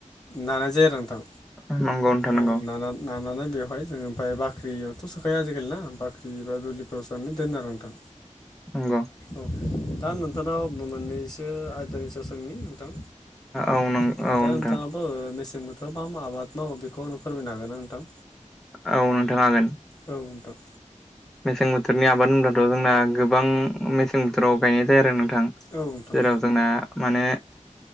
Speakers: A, on the left; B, in the centre.
A: नानाय जाया आरो नोंथां
B: नंगौ नंगौ नोंथां नंगौ नोंथां नंगौ
A: औ नाना नानानै बेवहाय जों ओमफाय बाख्रियावथ' सोखाया आजिखालि ना बाख्रि एबा दुलिफोराव सोनानै दोनो आरो नोंथां।
B: नोंग'
A: औ दा नोंथांनाव मोन्नैसो आयदानि सायाव सोंनि नोंथां?
B: औ नों
A: ओ
B: औ
A: दा
B: नोंथां
A: नोंथाङा मेसें बोथोराव मा मा आबाद मावो बेखौ आंनो फोरमायनो हागोन ना नोंथां?
B: औ नोंथां हागोन।
A: औ नोंथां
B: मेसें बोथोरनि आबाद होनब्लाथ' जोंना गोबां मेसें बोथोराव गायनाय जायो आरो नोंथां।
A: औ नोंथां
B: जेराव जोंना माने